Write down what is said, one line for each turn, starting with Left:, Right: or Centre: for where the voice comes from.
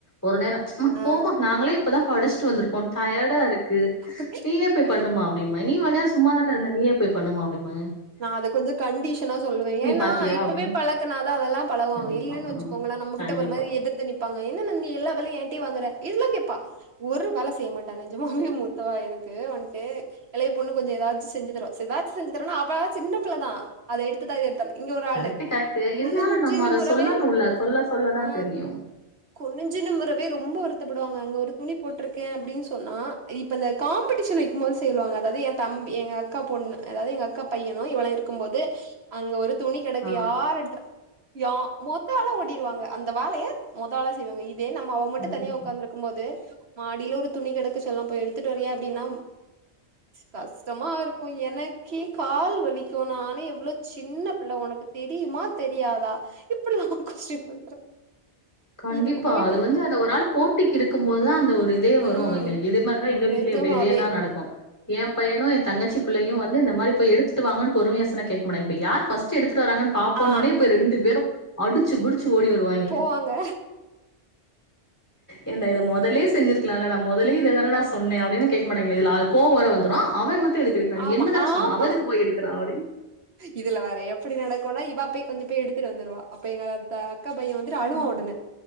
Left: ஒரு நேரோ அம்மா
Right: ஆ
Left: போமா நாங்களே இப்பதான் படிச்சுட்டு வந்திருக்கோம் டயர்டா இருக்கு
Right: ஓகே
Left: நீங்க பேய்பண்ணுமா அப்டினுவாய்ங்க நீ இவ்ள நேரம் சும்மாதான இருந்த நீயே போய் பண்ணுமா அப்டின்னுவாங்க
Right: நா அத கொஞ்சோ கண்டிஷ்ஷனா சொல்லுவேன் ஏன்னா
Left: பாத்தியா
Right: இப்பவே
Left: அப்டின்னு
Right: பழக்குனாதான் அதெல்லாம் பழகுவாங்க
Left: கண்டிப்பா
Right: இல்லன்னு வச்சுக்
Left: ம்
Right: கோங்கள நம்மகிட்ட
Left: கண்டிப்பா
Right: ஒரு மாரி எதிர்த்து நிப்பாங்க என்ன ந நீ எல்லா வேலையு என்ட்டையே வாங்குற இதெல்லா கேப்பா ஒரு வேல செய்ய மாட்டா நெஜமாவே மூத்தவா எனக்கு வன்ட்டு எளைய பொண்ணு கொஞ்சோ எதாது வெச்சு செஞ்சு <unintelligible> செதாச்சு செஞ்சுதரனா அவ சின்ன பிள்ள தா அத எடுத்தா இத எடுத்தா இங்க ஒரு ஆளு
Left: கரெக்ட்டு கரெக்ட்டு
Right: குனிஞ்சு
Left: இருந்தாலு நம்ம
Right: நிமுராவே
Left: அத சொல்லணுல்ல சொல்ல சொல்லதா
Right: ஆ
Left: தெரியு
Right: குனிஞ்சு நிமுரவே ரொம்ப வருத்தப்படுவாங்க அங்க ஒரு துணி போட்ருக்கே அப்டின்னு சொன்னா இப் இப்ப இந்த காம்ப்பிடிஷன் வெக்கும் போது செல்லுவாங்க அதாவது எ தம்பி எங்க அக்கா பொண்ணு அதாவது எங்க அக்கா பையனு இவளு இருக்கும்போது அங்க ஒரு துணி கெடக்கு
Left: ஆ
Right: யார் எடுத்துடா யா மொத ஆள ஓடிருவாங்க அந்த வேலய மொத ஆள செய்வாங்க இதே நம்ம அவ மட்டு
Left: கண்டிப்பா
Right: தனியா ஒக்காந்துருக் கும்போது மாடில ஒரு துணி கெடக்கு செல்லோ போய் எடுத்துட்டு வரியா அப்டின்னா கஷ்டமா இருக்கு எனக்கே கால் வலிக்கு நானே எவ்வளோ சின்ன பிள்ள ஒனக்கு தெரியுமா தெரியாதா இப்படிலா கொஸ்டின் பண்ற
Left: கண்டிப்பா
Right: இதுக்கு போயிட்டு
Left: அது வந்து அத ஒரு ஆள் போட்டிக்கு இருக்கும் போது தா அந்த ஒரு இதே வரு
Right: ம்
Left: அவிங்களுக்கு இது மா அனா எங்க
Right: நிஜமாவே
Left: வீட்லே இப்டே இதே தா நடக்கு எ பையனு எ தங்கச்சி பிள்ளயு வந்து இந்த மாரி போய் எடுத்துட்டு வாங்கன்னு பொறுமையா சொன்னா கேக்க மாட்டாங்க இப்ப யார் ஃபஸ்ட் எடுத்துட்டு வராங்கனு பாப்போனோனு
Right: ஆ
Left: போய் ரெண்டு பேரு அடுச்சு புடிச்சு ஓடி வருவாயிங்க
Right: வாங்க
Left: ஏன்டா இத மொதலே செஞ்சிருக்கலாலடா மொதலே இத தானடா சொன்னே அப்டினா கேக்க மாட்டாங்க இதுல அ கோவோ வேற வந்துரு அவே ம ட்டு எதுக்கு எடுக்கறா நீ
Right: ஆமா
Left: என்ன தான
Right: ஆமா
Left: சொன்ன அவ எதுக்கு போய் எடுக்கறா அப்டீன்னு
Right: இதுல வேற எப்டி நடக்குனா இவா போய் கொஞ்சோ பேய் எடுத்துட்டு வந்துருவா அப்ப எங்க தா அக்கா பைய வந்துட்டு அழுவா
Left: ம்.
Right: உடனே